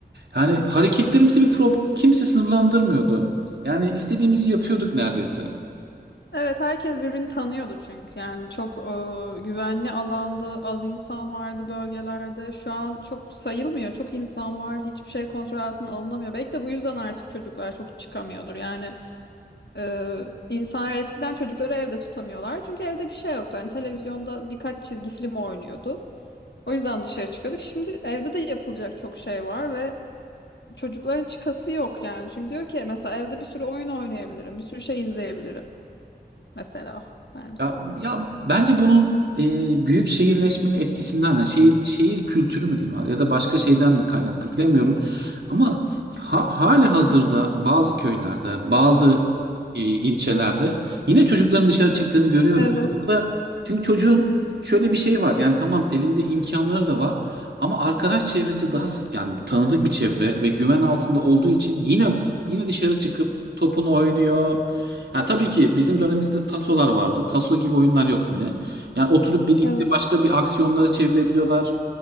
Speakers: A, on the right; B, on the left.
A: Yani hareketlerimizde bir problem kimse sınırlandırmıyordu. Yani istediğimizi yapıyorduk neredeyse.
B: Evet herkes birbirini tanıyordu çünkü yani çok e, güvenli alandı, az insan vardı bölgelerde. Şu an çok sayılmıyor, çok insan var, hiçbir şey kontrol altına alınamıyor. Belki de bu yüzden artık çocuklar çok çıkamıyordur. Yani e, insanlar eskiden çocukları evde tutamıyorlar çünkü evde bir şey yoktu. Hani televizyonda birkaç çizgi film oynuyordu. O yüzden dışarı çıkıyorduk. Şimdi evde de yapılacak çok şey var ve çocukların çıkası yok yani. Çünkü diyor ki mesela evde bir sürü oyun oynayabilirim, bir sürü şey izleyebilirim mesela. bence.
A: Ya, ya bence bunun e, büyük şehirleşmenin etkisinden yani şehir, şehir kültürü mü diyeyim ya da başka şeyden de kaynaklı bilemiyorum. Ama ha, hali hazırda bazı köylerde bazı e, ilçelerde yine çocukların dışarı çıktığını görüyorum.
B: Evet,
A: Yani burada çünkü çocuğun şöyle bir şey var yani tamam elinde imkanları da var ama arkadaş çevresi daha s- yani tanıdık bir çevre ve güven altında olduğu için yine yine dışarı çıkıp topunu oynuyor ya tabii ki bizim dönemimizde tasolar vardı. Taso gibi oyunlar yok yine. Yani oturup birlikte
B: evet,
A: başka bir aksiyonları çevirebiliyorlar.